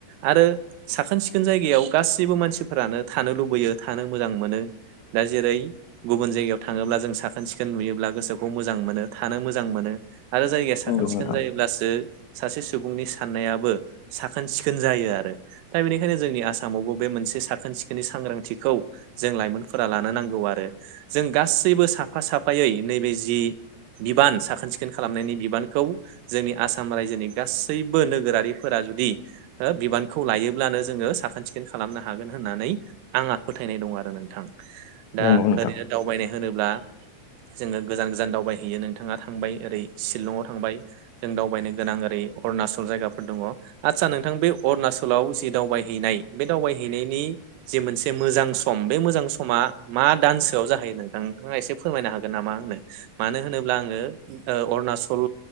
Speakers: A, on the right; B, on the left.
A: आरो साखोन-सिखोन जायगायाव गासिबो मानसिफोरानो थानो लुबैयो थानो मोजां मोनो दा जेरै गुबुन जायगायाव थाङोब्ला जों साखोन-सिखोन नुयोब्ला गोसोखौ मोजां मोनो थानो मोजां मोनो आरो जायगाया साखोन-सिखोन
B: नंगौ नोंथां
A: जायोब्लासो सासे सुबुंनि साननायाबो साखोन-सिखोन जायो आरो दा बेनिखायनो जोंनि आसामावबो बे मोनसे साखोन-सिखोननि सांग्रांथिखौ जों लाइमोनफोरा लानो नांगौ आरो जों गासैबो साफा साफायै नैबे जि बिबान साखोन-सिखोन खालामनायनि बिबानखौ जोंनि आसाम रायजोनि गासैबो नोगोरारिफोरा जुदि ओ बिबानखौ लायोब्लानो जोङो साखोन-सिखोन खालामनो हागोन होननानै आंहा फोथायनाय दं आरो नोंथां। दा
B: नंगौ नोंथां
A: ओरैनो दावबायनाय होनोब्ला जोङो गोजान गोजान दावबायहैयो नोंथाङा थांबाय ओरै शिलंआव थांबाय जों दावबायनो गोनां ओरै अरुणाचल जायगाफोर दङ। आदसा नोंथां बे अरुणाचलाव जि दावबायहैनाय बे दावबायहैनायनि जि मोनसे मोजां सम बे मोजां समा मा दानसोआव जाहैयो नोंथां नोंथाङा एसे फोरमायनो हागोन नामा आंनो मानो होनोब्ला आङो ओ अरुणाचल